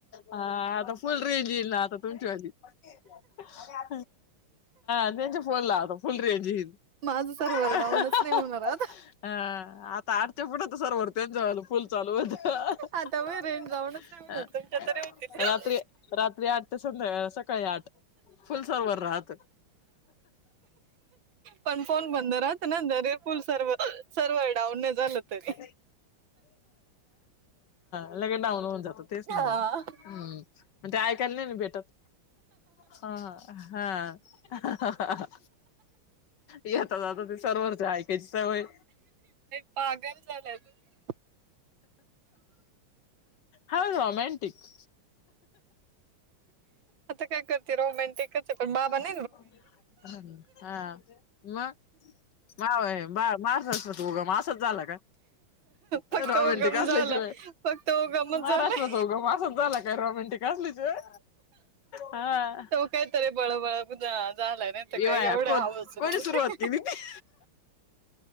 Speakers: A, on the left; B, on the right.
A: हा आता फुल रेंज येल आता तुमच्या मा हा त्यांच फनला आत फुल रेज येळ
B: माझं
A: हा
B: सर्व्हर डाऊनच नाही होणार आता
A: आ <unintelligible> <unintelligible>
B: आता मी रेंज डाऊनच नाही होणार तुमच्या तरी होतील.
A: अ रात्री रात्री आठ तर संध्या सकाळी आठ फुल सरवर राहतं.
B: पण फोन बंद राहतं ना जरे फुल सर्व सर्वर डाऊन नाही झालं तरी.
A: हा लगे डाऊन होऊन जातं तेच
B: हा.
A: ना मग हम्म. मंग ते ऐकायला नाही ना भेटत. हा हा हा. येता जाता ते सर्वर ते आहे तेच सवय
B: नाही पागल झालाय तुम्ही.
A: हा रोमेंटिक
B: आता काय करते रोमँटिकच आहे पण बाबा ना
A: हां ना हा. <unintelligible> झाला का
B: फक्त
A: रोमँटिक
B: उगम
A: असल्याशिवाय
B: झाला फक्त उगमच
A: महाराष्ट्राचा
B: झालाय.
A: उगम असच झाला का का रोमँटिक असल्याशिवाय हा.
B: तो काहीतरी बळबळ झालाय नाही तर
A: ये
B: काही
A: वाया
B: एवढे
A: कोण
B: हवच
A: कोणी
B: नव्हते.
A: सुरुवात केली ती.